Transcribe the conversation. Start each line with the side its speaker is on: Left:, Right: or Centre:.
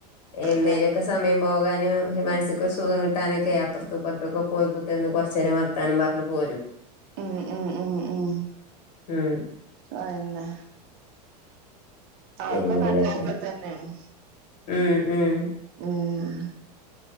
Left: എന്തേലുമൊക്കെ
Right: അതന്നെ
Left: സമയം പോകാനും മനസക്ക് ഒരു സുഖം കിട്ടാനൊക്കെ അപ്പുറത്തും ഇപ്പുറത്തൊക്കെ പോയി ന്ന് കുറച്ച നേരം വർത്താനം പറഞ്ഞഞ് പോരും
Right: ഉം. ഉം. ഉം. ഉം.
Left: ഉം
Right: ആത് തന്നെ ഒക്കെ
Left: പിന്നെന്തൊക്കെ
Right: നല്ല തന്നെയാണ്
Left: ഉം. ഉം.
Right: ഉം